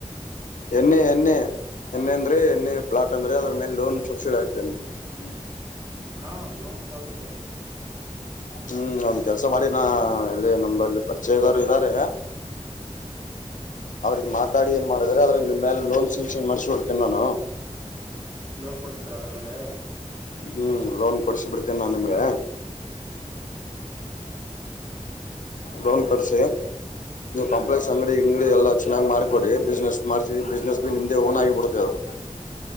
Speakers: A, on the left; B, on the right.
A: ಎಣ್ಣೆ ಎಣ್ಣೆ ಎಣ್ಣೆ ಅಂದ್ರೆ ಎಣ್ಣೆ ಪ್ಲಾಟ್ ಅಂದ್ರೆ ಅದ್ರ ಮೇಲೆ ಲೋನ್ ಸಬ್ಸಿಡಿ ಆಗ್ಕ್ತೇನೆ ಹ್ಮ್
B: ಹಾ ಲೋನ್ ಕೂಡ ಆಗುತ್ತೆ
A: ಹ್ಮ್ ಅವಂದ ಕೆಲ್ಸ ಮಾಡಿನ ಎಲ್ಲಿ ನಂಬಲ್ಲಿ ಪರಿಚಯದರು ಇದ್ದಾರೆ ಅವ್ರಗ್ ಮಾತಾಡಿ ಏನ್ ಮಾಡ ಅ್ರ ನಿಮ ಮೇಲೆ ಲೋನ್ ಸಂಕ್ಷನ್ ಮಾಡಸಿಡ್ತೇಿ ನಾನು
B: ಲೋನ್ ಕೊಡಿಸ್ತೀರ ಅದ್ರ ಮೇಲೆ
A: ಹ್ಮ್ ಲೋನ್ ಕೊಡಸ ಬಿಡ್ತೇನೆ ನಾನ್ ನಿಮ್ಗೆ ಲೋನ್ ಕೊಡ್ಸಿ ನೀವು ಕಾಂಪ್ಲೆಕ್ಸ್ ಅಂಗಡಿ ಅಂಗಡಿ ಎಲ್ಲ ಚನ್ನಾಗಿ ಮಾಡಕೊರಿ ಬಿಸ್ನೆಸ್ ಮಾಡ್ತೀವಿ ಬಿಸ್ಸ್ ಬಿ ನಿಮ್ದೇ ಓನ್ ಆಗಿ ಬಿಡುತ್ತೆ ಅದು